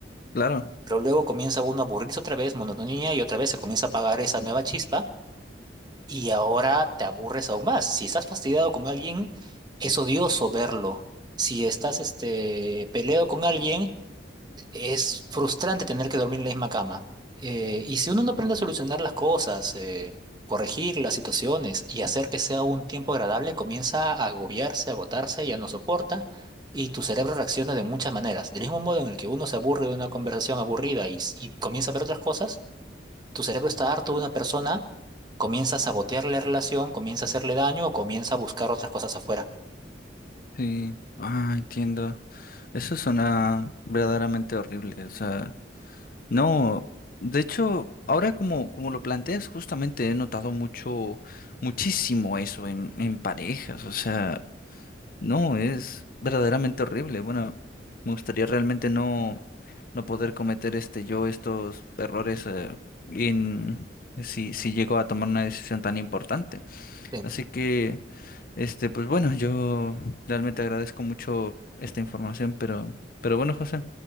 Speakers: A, on the left; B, on the right.
A: claro.
B: pero luego comienza uno a aburrirse otra vez, monotonía, y otra vez se comienza a apagar esa nueva chispa y ahora te aburres aún más. Si estás fastidiado con alguien, es odioso verlo. Si estás este, peleado con alguien, es frustrante tener que dormir en la misma cama. Eh, y si uno no aprende a solucionar las cosas, eh, corregir las situaciones y hacer que sea un tiempo agradable, comienza a agobiarse, a agotarse, ya no soporta y tu cerebro reacciona de muchas maneras. Del mismo modo en el que uno se aburre de una conversación aburrida y, s- y comienza a ver otras cosas, tu cerebro está harto de una persona, comienza a sabotear la relación, comienza a hacerle daño o comienza a buscar otras cosas afuera.
A: Sí. Ah, entiendo. Eso suena verdaderamente horrible. O sea, no. De hecho, ahora como, como lo planteas, justamente he notado mucho, muchísimo eso en, en parejas. O sea. No, es verdaderamente horrible. Bueno, me gustaría realmente no, no poder cometer este yo estos errores eh, en si, si llego a tomar una decisión tan importante.
B: Bien.
A: Así que, este, pues bueno, yo realmente agradezco mucho esta información, pero, pero bueno, José,